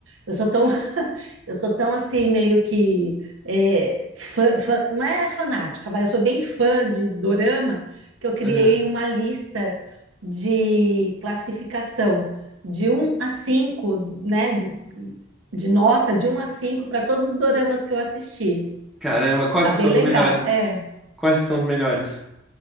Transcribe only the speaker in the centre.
Aham.
Caramba, quais
que são
os melhores?
Quais que são os melhores?